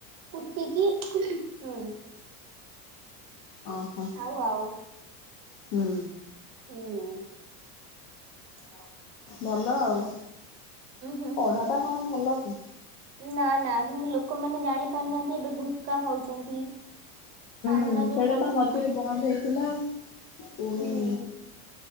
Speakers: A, on the right (about 35°); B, on the left (about 50°).
A: କୁଟିକି ହୁଁ।
B: ଓହୋ।
A: ହଉ ଆଉ।
B: ହଁ।
A: ହୁଁ, ଆଉ।
B: ଭଲ ଆଉ।
A: ହୁଁ
B: ପଢାଟା କଣ ଭଲ କି?
A: ନା ନା ସେମତି ଲୋକମାନେ ଜାଣି ପାରୁନାହାଁନ୍ତି ଏବେ ଗୁଟକା ଖାଉଛନ୍ତି ପାନ
B: ହୁଁ, ସେଇଟା
A: ଯୋଉ ଖାଉଛନ୍ତି
B: ତ ମଝିରେ ବନ୍ଦ ହେଇଥିଲା। ପୁଣି
A: ହୁଁ